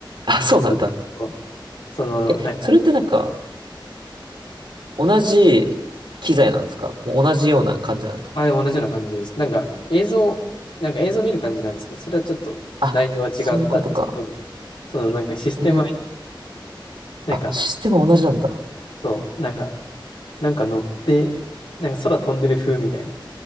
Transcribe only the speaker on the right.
あ、そうなんだ。
え、
それってなんか、同じ機材なんですかもう同じような感じなんですか
あ、そういうことか。
へえ、
あ、システムは同じなんだ。